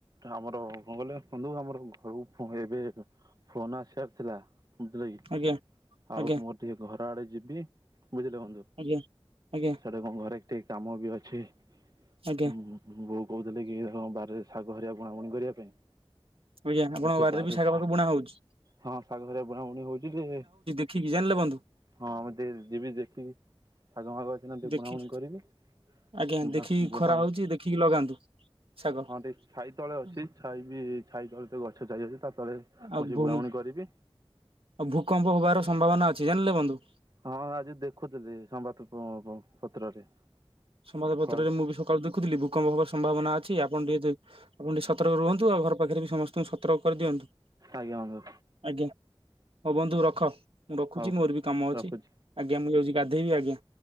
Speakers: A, on the right; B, on the right.
A: ଆମର କଣ କହିଲେ ଗଲେ ବନ୍ଧୁ ଆମର ଘରୁ ଏବେ ଫୋନ ଆସିବାର ଥିଲା। ବୁଝିଲେ କି,
B: ଆଜ୍ଞା
A: ଆଉ
B: ଆଜ୍ଞା
A: ମୁଁ ଟିକେ ଘର ଆଡେ ଯିବି ବୁଝିଲେ ବନ୍ଧୁ।
B: ଆଜ୍ଞା ଆଜ୍ଞା
A: ସେଟା ଘରେ ଟିକେ କାମ ବି ଅଛି
B: ଆଜ୍ଞା
A: ହୁଁ। ବୋଉ କହୁଥିଲେ କି ବାରିରେ ଶାଗ ବୁଣାବୁଣି କରିବା ପାଇଁ।
B: ଆଜ୍ଞା ଆପଣଙ୍କ
A: ଆମ ସେ ବାରିରେ
B: ବି ଶାଗ ଫାଗ ବୁଣା ହଉଛି
A: ହଁ ଶାଗ ହିରା ବୁଣାବୁଣି ହଉଛି ଯେ
B: ଠିକ୍ ଜାଣିଲେ ବନ୍ଧୁ।
A: ହଁ ମୁଁ ଟିକେ ଯିବି ଦେଖିବି ଶାଗ ମାଗ ଟିକେ
B: ଦେଖି
A: ବୁଣାବୁଣି କରିବି।
B: ଆଜ୍ଞା
A: ବୁଣା
B: ଦେଖିକି
A: ବୁଣାବୁଣି
B: ଖରା ହଉଛି ଦେଖିକି ଲଗାନ୍ତୁ ଶାଗ।
A: ହଁ ଟିକେ ଛାଇ ତଳେ
B: ହୁଁ।
A: ଅଛି ଛାଇ ବି ଛାଇ ତଳେ ତ ଗଛ ଚାଲି ଅଛି ତା ତଳେ
B: ଆଉ
A: ବସି
B: ଭୂ
A: ବୁଣାବୁଣି
B: ଆଉ
A: କରିବି
B: ଭୂମିକମ୍ପ ହବାର ସମ୍ଭାବନା ଅଛି ଜାଣିଲେ ବନ୍ଧୁ।
A: ହଁ ଆଜି ଦେଖୁଥିଲି ସମ୍ବାଦ ପ -ପ ପତ୍ରରେ।
B: ସମାଦପତ୍ରରେ
A: ହଉ
B: ମୁଁ ବି ସକାଳେ ଦେଖୁଥିଲି ଭୂକମ୍ପ ହବାର ସମ୍ଭାବନା ଅ ଅଛି। ଆପଣ ଟିକେ ଆପଣ ଟିକେ ସତର୍କ ରୁହନ୍ତୁ ଆଉ ଆପଣଙ୍କ ଘର ପାଖରେ ବି ସମ ତ ସତର୍କ କରିଦିଅନ୍ତୁ
A: ଆଜ୍ଞା ବନ୍ଧୁ
B: ଆଜ୍ଞା ହଉ ବନ୍ଧୁ ରଖ। ମୁଁ ରଖୁଛି
A: ହଉ
B: ମୋର ବି କାମ ଅଛି
A: ରଖୁଛି
B: ଆଜ୍ଞା ମୁଁ ଯାଉଛି ଗାଧୋଇବି ଆଜ୍ଞା।